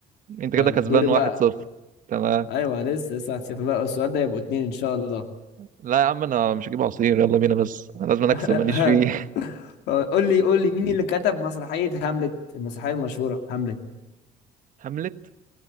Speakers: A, on the right; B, on the left.
A: انت
B: يلا
A: كده كسبان
B: دوري بقى
A: واحد صفر تمام
B: ايوه لسه لسه هتشوف بقى السؤال ده يبقوا اتنين ان شاء الله
A: لا يا عم انا مش هجيب عصير يلا بينا بس انا لازم اكسب
B: <laughs>
A: ماليش فيه
B: قول لي قول لي مين اللي كتب مسرحية هاملت المسرحية المشهورة هاملت
A: <laughs> هاملت